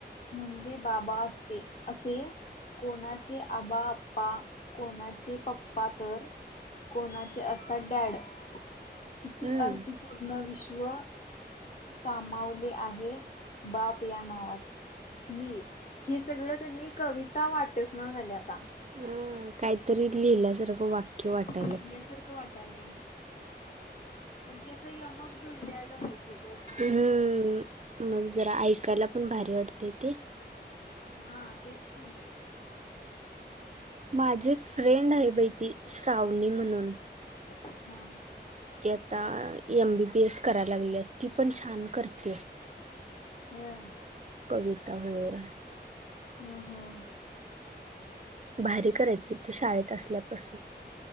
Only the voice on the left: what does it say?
म्हणजे बाबा असते असे कोणाचे आबाआप्पा कोणाचे पप्पा तर कोणाचे असतात डॅड किती
अर्थपूर्ण विश्व सामावले आहे बाप या नावात छी हे सगळं त्यांनी कविता वाटच ना झाली आता
उठल्यासारखं वाटाले म्हणजे असं यमक जुडलेलं पाहिजे ग छान
वाटते.
हा तेच कि
हा
होय
हम् हम्